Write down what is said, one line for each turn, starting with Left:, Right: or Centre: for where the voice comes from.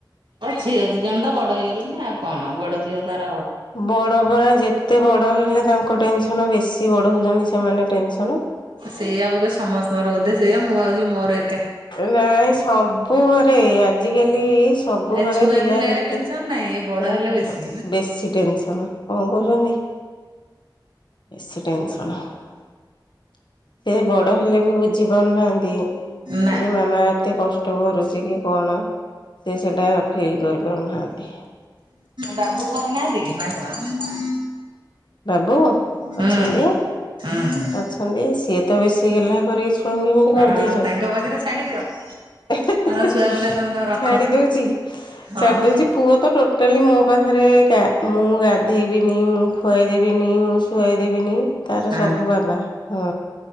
Right: ତ ଝିଅ ଦି ଜଣ ତ ବଡ ହେଇଗଲେଣି ଆଉ କଣ ବଡ ଝିଅ ତାର
Left: ବଡ ପରା ଯେତେ ବଡ ବଡ଼ ହେଲେ ତାଙ୍କ ଟେନସନ ବେଶୀ ବଢୁଛନ୍ତି ସେମାନେ ଟେନସନ
Right: ସେଇଆା ବୋଧେ ସମସ୍ତଙ୍କର ବୋଧେ ସେଇଆ ମୁଁ ଭାବୁଛି ମୋର ଏକା
Left: ନାଇଁ ସବୁ ଘରେ ଏଇ ଆଜିକାଲି ସବୁ
Right: ଏ
Left: ଘରେ
Right: ଛୁଆ
Left: ପିଲା
Right: ଥିଲାବେଳେ
Left: ଯେତେ
Right: ଟେନସନ ନାହିଁ ଏ ବଡ
Left: କଣ
Right: ହେଲେ
Left: କହିଲ
Right: ବେଶୀ।
Left: ବେଶୀ ଟେନସନ କଣ ହଉଛନ୍ତି। ବେଶୀ ଟେନସନ <inaudible> ସେ ବଡ଼ ହେଲେ ବି ବୁଝିପାରୁ ନାହାନ୍ତି
Right: ନା
Left: ଯେ ମାମା ଏତେ କ ଷ୍ଟ କରୁଛି କି କଣ ସେ ସେଇଟା ଫିଲ୍ କରିପାରୁନାହାନ୍ତି।
Right: ବାବୁ ଘରେ ନାହାନ୍ତି ନା କଣ?
Left: ବାବୁ
Right: ହୁଁ।
Left: ଅଛନ୍ତି।
Right: ହୁଁ ହୁଁ
Left: ଅଛନ୍ତି ସିଏ ତ ବେଶୀ ଗେଲ୍ହା କରିକି ଛୁଆଙ୍କୁ ଏମିତି କରିଦେଇଛନ୍ତି।
Right: ହଁ ତାଙ୍କ ପାଖରେ ଛାଡିଦିଅ।
Left: <inaudible>
Right: ହଁ ଛୁଆ ପିଲା
Left: <inaudible>
Right: ତମେ ତମ ରଖ
Left: ଛାଡି ଦୋଉଛି
Right: ହଁ
Left: ଛାଡି ଦୋଉଛି ପୁଅ ତ ଟୋଟାଲି ମୋ ପାଖରେ ଇଂକା ମୁଁ ଗାଧେଇବିନି ମୁଁ ଖୁଆଇଦେବିନି ମୁଁ ଶୁଆଇଦେବିନି ତାର
Right: ହଁ
Left: ସବୁ ବା ବା ହଁ